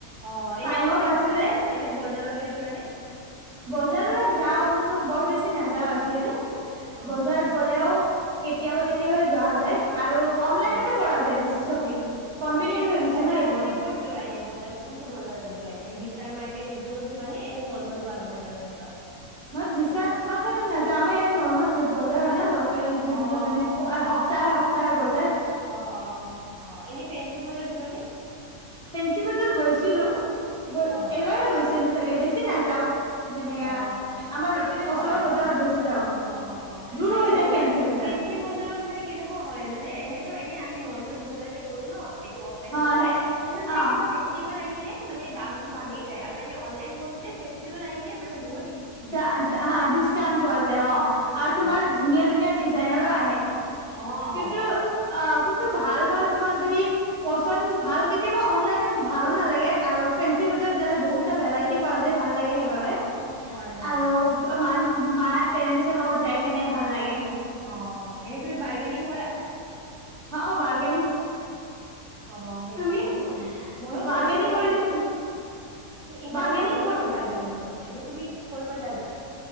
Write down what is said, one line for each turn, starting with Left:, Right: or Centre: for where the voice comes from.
Right: অ এনে
Centre: টাইমো
Right: অফলাইন
Centre: বাচি
Right: কৰা
Centre: যায়
Right: নে এনে বজাৰলৈ যোৱা নে
Centre: বজাৰলৈ যাওঁ কোনটো বৰ বেছি নেযাও আজিকালি
Right: অ',
Centre: বজাৰত গ'লেও কেতিয়াবা কেতিয়াবাই যোৱা যায় আৰু অনলাইনতে
Right: অ
Centre: কৰা যায় বেছি শ্বপিং কনভিনিয়েণ্ট
Right: অ এনে তুমি
Centre: হৈ গৈছে
Right: বজাৰত
Centre: ন সেইবোৰ
Right: মানে ক'ত যোৱা এনে বজাৰ কোনটো বজাৰত যোৱা এনে বিশাল মাৰ্কেট ত সেইবোৰত যোৱা নে এনে নৰ্মেল বজাৰত যোৱা
Centre: মই বিশাল ৰ্মাকেটত নেযাওঁ আমাৰ ইয়াতে নৰ্মেল বজাৰ হয় ন লকেল কেল যোনটো
Right: অ',
Centre: মানে সপ্তাহে সপ হব
Right: অ অ অ অ এনে ফেঞ্চি বজাৰ যোৱা নে
Centre: ফেনশি বজাৰ গৈছিলো গৈ
Right: অ'।
Centre: এইবাৰে গৈছিলো চাগে বেছি নাযাও যেনেকা
Right: অ
Centre: আমাৰ
Right: সেইটোয়ে
Centre: ওচৰৰ
Right: হয়
Centre: বজাৰত
Right: অ
Centre: বেছি যাওঁ
Right: অ অ
Centre: দূৰ
Right: মানে
Centre: হৈ যায়
Right: বজাৰত
Centre: ফেঞ্চি বজাৰ
Right: ফেঞ্চি বজাৰত মানে কেনেকুৱা হয় মানে এনেটো এনে আমি ৰ্নমেল ৰ্নমেল বজাৰ যে কৰো ন অফলাইন
Centre: অ
Right: বজাৰ
Centre: সে
Right: সেইটোত মানে
Centre: অ
Right: কিবা ফেচটিভেল আহিলে মানে দামটো বাঢ়ি যায় আৰু এনে অনলাইন কৰোতে ফেচটিভেল আহিলে মানে বহু
Centre: ডা ডা ডিচকাউন্ট পোৱা যায় অ আৰু
Right: হয়
Centre: তোমাৰ ধুনীয়া ধুনীয়া ডিচ ডিজাইনৰো আহে
Right: অ অ
Centre: কিন্তু অ কোনটো ভাল ভাল তোমাৰ যদি পচন ভাল কেতিয়াবা অনলাইনত ভালো নালাগে আৰু ফেন্সি বজাৰ যালে বহুতা ভেৰাইতি পোৱা যায় যে ভাল লাগে সেইবাবে
Right: হয় হয়
Centre: আৰু মাৰ মাৰ পেৰেন্টছৰ লগত যাই কেনে ভাল লাগে
Right: অ অ এনেই তুমি বাৰ্গেনিং কৰা
Centre: অ অ বাৰগেনিক
Right: অ সেইটোয়ে
Centre: তুমি?
Right: ন মইও
Centre: বাৰ্গেনিং
Right: কৰো মানে
Centre: কৰি কেনে
Right: ইমান
Centre: বাৰ্গেনিং
Right: নাজানো
Centre: কৰ
Right: মই বাৰ্গেনিং কৰিব এনে তুমি কৰিব জানা